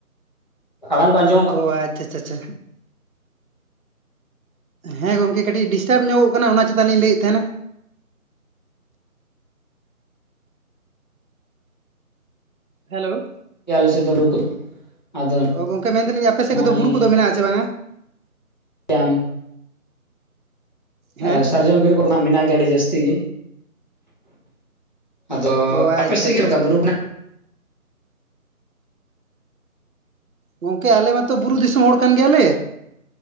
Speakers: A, on the left (about 30°); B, on the right (about 70°).
A: ᱟᱲᱟᱝ ᱠᱚ ᱟᱸᱡᱚᱢᱚᱜ ᱠᱟ
B: ᱚ ᱟᱪᱪᱷᱟ ᱪᱷᱟ ᱪᱷᱟ᱾ ᱦᱮᱸ ᱜᱚᱝᱠᱮ ᱠᱟᱹᱴᱤᱡ ᱰᱤᱥᱴᱟᱵ ᱧᱚᱜᱚᱜ ᱠᱟᱱᱟ ᱚᱱᱟ ᱪᱮᱛᱟᱜ ᱞᱤᱧ ᱞᱟᱹᱭᱮᱫ ᱛᱟᱦᱮᱸᱱᱟ᱾ ᱦᱮᱞᱳ᱾
A: ᱜᱮᱭᱟ ᱟᱞᱮ ᱥᱮᱫ ᱫᱚ ᱵᱩᱨᱩ ᱠᱚ ᱟᱫᱚ
B: ᱚ ᱜᱚᱝᱠᱮ ᱢᱮᱱᱫᱟᱞᱤᱧ ᱟᱯᱮ ᱥᱮᱫ
A: ᱱᱚᱜᱼᱚᱭ
B: ᱠᱚᱫᱚ ᱵᱩᱨᱩ ᱠᱚᱫᱚ ᱢᱮᱱᱟᱜᱼᱟ ᱪᱮ ᱵᱟᱝᱟ?
A: ᱡᱟᱢ
B: ᱦᱮᱸ
A: ᱮ ᱥᱟᱨᱡᱚᱢ ᱵᱤᱨ ᱠᱚᱫᱚ ᱦᱟᱸᱜ ᱢᱮᱱᱟᱜ ᱜᱮᱭᱟ ᱟᱹᱰᱤ ᱡᱟᱹᱥᱛᱤ ᱜᱮ᱾ ᱟᱫᱚ
B: ᱚ ᱟᱪᱪᱷᱟ
A: ᱟᱯᱮᱥᱮᱫ
B: ᱟᱪᱪᱷᱟ
A: ᱪᱮᱫ ᱞᱮᱠᱟ ᱵᱩᱨᱩ ᱠᱚᱱᱟ?
B: ᱜᱚᱝᱠᱮ ᱟᱞᱮ ᱢᱟᱛᱚ ᱵᱩᱨᱩ ᱫᱤᱥᱚᱢ ᱦᱚᱲ ᱠᱟᱱ ᱜᱮᱭᱟᱞᱮ᱾